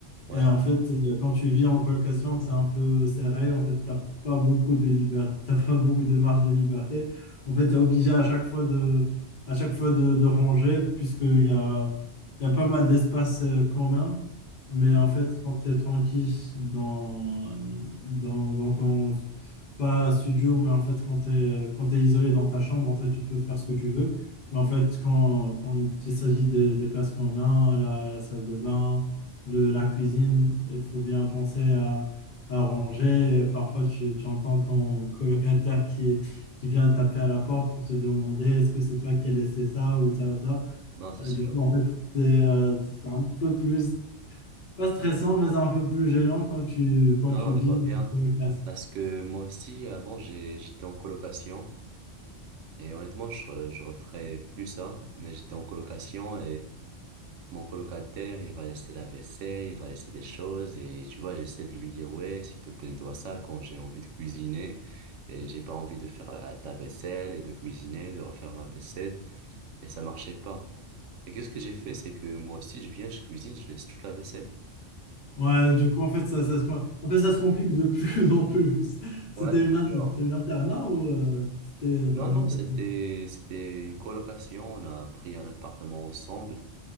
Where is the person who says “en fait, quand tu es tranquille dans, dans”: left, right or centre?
Left